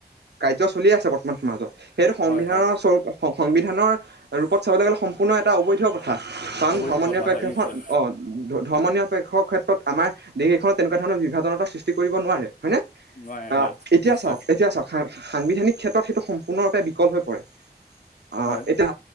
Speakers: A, on the right; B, on the left.
A: কাৰ্য চলি আছে মাজত, সেইটো সংবিধানৰ
B: হয় হয়
A: স্বৰূপ সংবিধানৰ ৰূপত চাবলৈ গ'লে কোনো এটা অবৈধ কথা ত কাৰণ
B: অবৈধ
A: ধৰ্ম্ম
B: কথা
A: নিৰপেক্ষেখন
B: হয় নিশ্চয়
A: অ, ধ ধৰ্ম নিৰপেক্ষৰ ক্ষেত্ৰত আমাৰ দেশ এখনত তেনেকুৱা ধৰণৰ বিভাজনতা সৃষ্টি কৰিব নোৱাৰে। হয়নে?
B: নোৱাৰে
A: অ'
B: হয়
A: এতিয়া
B: নিশ্চয়
A: চাওক, এতিয়া চাওক সাংবিধানিক ক্ষেত্ৰত সেইটো সম্পূৰ্ণৰূপে বিকল হৈ পৰে। অ'
B: হয়
A: এটা